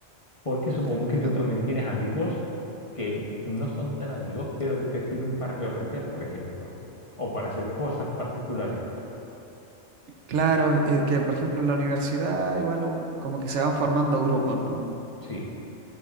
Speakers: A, on the left (about 30°); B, on the right (about 75°).
A: Porque supongo
B: entiendo.
A: que tú también tienes amigos que no son tan amigos, pero que te sirven para carretear, por ejemplo, o para hacer cosas particulares.
B: Claro, es que por ejemplo en la universidad igual un- como que se van formando grupos, ¿no?
A: Sí,